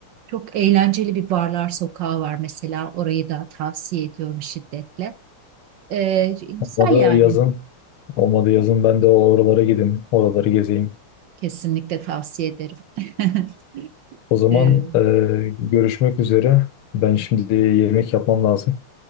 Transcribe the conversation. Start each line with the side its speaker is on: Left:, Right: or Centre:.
Right: Çok eğlenceli bir barlar sokağı var mesela. Orayı da tavsiye ediyorum şiddetle. Ee, güzel
Left: Olmadı
Right: yani.
Left: yazın. Olmadı yazın ben de oralara gideyim. Oraları gezeyim.
Right: Kesinlikle tavsiye ederim. <laughs>
Left: O zaman
Right: Ee,
Left: e, görüşmek üzere. Ben şimdi yemek yapmam lazım.